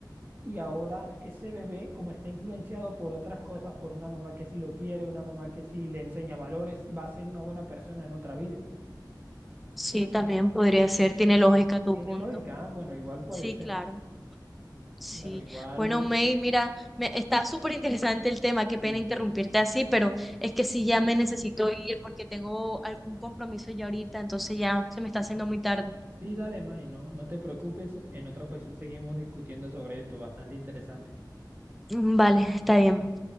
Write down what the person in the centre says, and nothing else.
Sí, también podría ser, tiene lógica tu
punto.
Sí,
claro. Sí,
bueno, May, mira, me, está súper interesante el tema, qué
pena interrumpirte así, pero es que sí, ya me necesito ir porque tengo algún compromiso ya ahorita, entonces ya se me está haciendo muy tarde.
Mm, Vale, está bien.